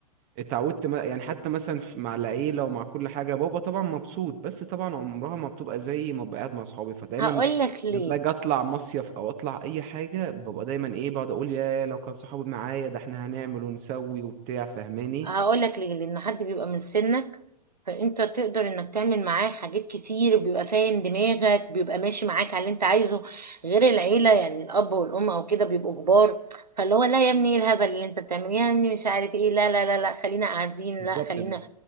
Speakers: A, on the right; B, on the right.
A: اتعودت ما- يعني حتى مثلا في- مع العيله ومع كل حاجه بابا طبعا مبسوط بس طبعا عمرها ما بتبقى زي ما ببقى قاعد مع صحابي فدايما
B: هقول لك ليه
A: لما اجي اطلع مصيف او اطلع اي حاجه ببقى دايما ايه بقعد اقول يا لو كان صحابي معايا ده احنا هنعمل ونسوي وبتاع فاهماني
B: هقول لك ليه لان حد بيبقى من سنك فانت تقدر انك تعمل معاه حاجات كتير بيبقى فاهم دماغك بيبقى ماشي معاك على اللي انت عايزه غير العيله يعني الاب والام او كده بيبقوا كبار فاللي هو لا يا ابني ايه الهبل اللي انت بتعمليه يا ابني مش عارف ايه لا لا لا لا خلينا قاعدين
A: بالظبط
B: لا خلينا